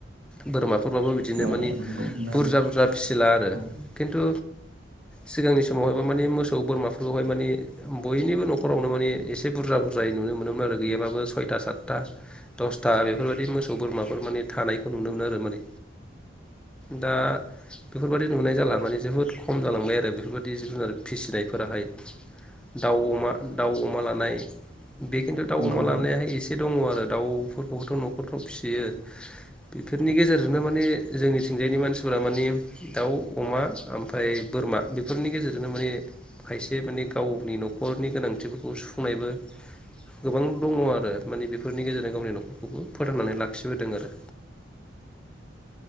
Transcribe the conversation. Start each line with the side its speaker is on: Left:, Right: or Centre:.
Centre: बोरमा। बाबो बिदिनो
Right: औ
Centre: माने
Right: नंगौ नंनायालाय
Centre: बुरजा बुरजा। फिसिला आरो
Right: औ
Centre: खिन्थु सिगांनि समावहायबा माने मोसौ बोरमाफोरखौहाय माने बयनिबो नखर। नखरावनो माने एसे बुरजा बुरजायै नुनो मोनोमोन आरो गैयाबाबो सयथा सातथा दसथा बेफोरबायदि मोसौ बोरमाफोर माने थानायखौ नुनो मोन आरो माने दा बेफोरबायदि नुनाय जाला माने जोबोद खम जालांबाय आरो बेफोरबायदि जिब जुनार फिसिनायफोराहाय दाउ अमा। दाउ अमा लानाय। बे खिन्थु दाउ
Right: नंगौ
Centre: अमा लानायाहाय एसे दङ आरो दाउ। फोरखौबोथ नखरफ्राव फिसियो बेफोरनि गेजेरजोंनो माने जोंनिथिंजायनि मानसिफोरा माने दाउ अमा ओमफ्राय बोरमा बेफोरनि गेजेरजोंनो माने खायसे माने गावनि नखरनि गोनांथि। सुफुंनायबो गोबां दङ आरो मानिे बेफोरनि गेजेरजों गावनि न'खरखौबो फोथांनानै लाखिबोदों आरो।